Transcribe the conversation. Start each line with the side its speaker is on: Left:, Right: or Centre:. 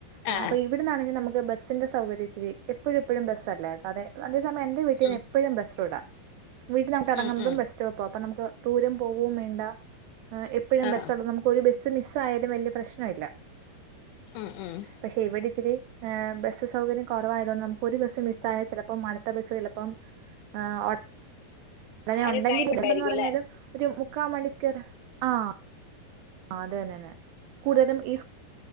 Right: ആ്
Left: ആ
Right: അപ്പ ഇവിടുന്നാണെങ്കിൽ നമുക്ക് ബസ്സിന്റെ സൗകര്യംച്ചിരി എപ്പോഴും എപ്പോഴും ബസ്സല്ല അതെ അതേസമയം എന്റെ വീട്ടീ
Left: ഉം,
Right: എപ്പോഴും ബസ്റ്റ്റുട വീട്ടിൽ നമുക്ക് ഇറങ്ങുന്നതും
Left: ഉം, ഉം,
Right: ബെസ് റ്റ അപ്പ നമുക്ക് ദൂരം പോകവും വേണ്ട എപ്പോഴും
Left: ആ,
Right: ബസ്സ ഉള്ളത് നമുക്ക് ഒരു ബസ്സ് മിസ് ആയാലും വലിയ പ്രശ്ന ഇല്ല
Left: ഉ ഉം
Right: പക്ഷെ ഇവിടെ ഇച്ചിരി ബസ്സ് സൗകര്യം കുറവായതുകൊണ്ട് നമുക്ക് ഒരു ബസ്സ് മിസ് ആായ ചിലപ്പം അടുത്ത ബസ്സ് ചിലപ്പം ആഹ അങ്ങനെ
Left: അതിന്
Right: ഉണ്ടെങ്കി
Left: ടൈം
Right: ഇലെന്ന്
Left: ഉണ്ടായിരിക്കും
Right: പറഞ്ഞാലും
Left: അല്ലേ
Right: ഒരു മുക്കാ മണിക്കൂർ ആഹ് ആ അത്തന്നെ തന്നെ കൂടുതലും ഈ സു